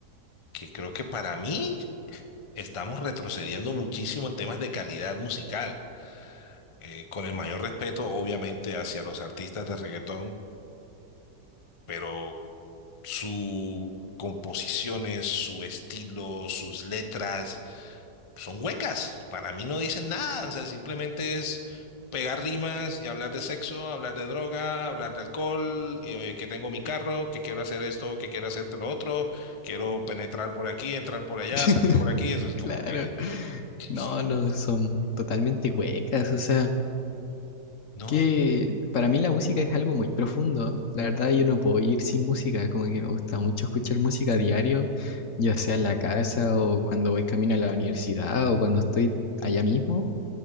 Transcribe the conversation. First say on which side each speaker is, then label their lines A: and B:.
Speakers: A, on the left; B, on the left.
A: que creo que para mí estamos retrocediendo muchísimo en temas de calidad musical. Eh, con el mayor respeto, obviamente, hacia los artistas de reggaetón, pero su composiciones, su estilo, sus letras son huecas. Para mí no dicen nada, o sea, simplemente es pegar rimas y hablar de sexo, hablar de droga, hablar de alcohol, eh, que tengo mi carro, que quiero hacer esto, que quiero hacerte lo otro, quiero penetrar por aquí, entrar por allá,
B: <laughs>
A: salir por aquí, eso es
B: claro,
A: como que... ¿qué-
B: no,
A: qué
B: no,
A: es?
B: son totalmente huecas, o sea.
A: No,
B: que
A: y-
B: para mí la música es algo muy profundo. La verdad, yo no puedo ir sin música, como que me gusta mucho escuchar música a diario, ya sea en la casa o cuando voy camino a la universidad o cuando estoy allá mismo.